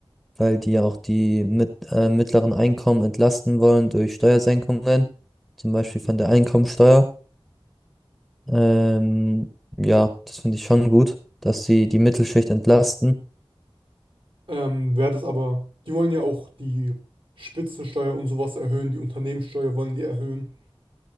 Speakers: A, in the centre; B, on the right.
A: weil die ja auch die mit, äh, mittleren Einkommen entlasten wollen durch Steuersenkungen, zum Beispiel von der Einkommensteuer. Ähm, ja, das finde ich schon gut, dass sie die Mittelschicht entlasten.
B: Ähm, wäre das aber, die wollen ja auch die Spitzensteuer und sowas erhöhen, die Unternehmenssteuer wollen die erhöhen.